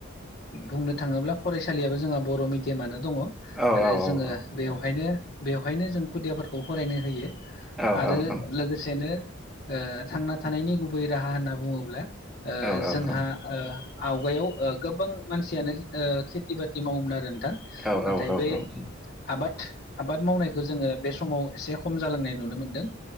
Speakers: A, on the left; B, in the centre.
A: बुंनो थाङोब्ला फरायसालियाबो जोंहा बर' मिडियामानो दङ।
B: औ
A: आरो
B: औ औ
A: जोङो
B: औ
A: बेवहायनो बेवहायनो जों खुदियाफोरखौ फरायनो होयो
B: औ
A: आरो
B: औ
A: लोगोसेनो ओ थांना थानायनि गुबै राहा होनना बुङोब्ला। ओ
B: औ
A: जोंहा
B: औ
A: ओ आवगायाव ओ गोबां मानसियानो ओ खेथि बाथि मावोमोन आरो नोंथां।
B: औ औ
A: नाथाय
B: औ
A: बे
B: औ
A: आबाद आबाद मावनायखौ जोङो बे समाव एसे खम जालांनाय नुनो मोनदों।